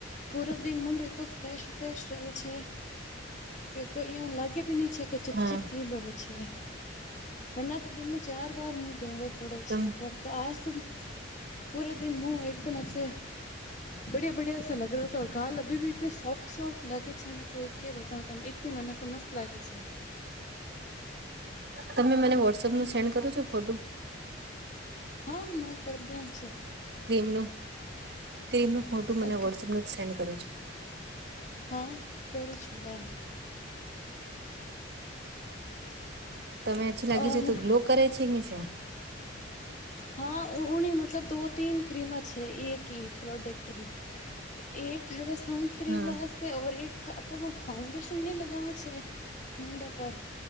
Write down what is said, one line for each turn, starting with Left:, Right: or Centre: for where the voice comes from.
Left: પૂર દિન મુંડ એ તો ફ્રેશ ફ્રેશ રહે છે કે કોઈ એું લાગે ભી નહી છે કે ચિપચિપ
Right: હા.
Left: ફીલ હોવે છે વરના તો દિન મે ચાર બાર મુહ ધવે પડો
Right: તમ
Left: છે તો પૂરે દિન હું એકદમ હ બડિયા બડિયા સા લગ રહ હતા ગાલ અભી એ સોફ્ટ સોફ્ટ લાગે છે ને કે કે બતા ત એટલી મને તો મસ્ત લાગી છે
Right: તમે મને વોટ્સપ ન સેન્ડ કરો છો ફોટો
Left: હા મને કરી દે આમ છે
Right: ક્રીમ ન ક્રીમ ન ફોટું
Left: છે
Right: મને વોટ્સઅપ ન સેન્ડ કરો છો
Left: હા કરું છું બેન
Right: તમે અછી લાગી
Left: ઓર
Right: છે તો ગ્લો કરે છે છે
Left: હા ઉની મતલબ દો તીન ક્રીમત છે એક પ્રોડક્ટ રી એક હવેસ ક્રીમ
Right: હમ
Left: વાતેઔર એક આપો ફાઉન્ડેશન ન લગવા છે મુુંડા પર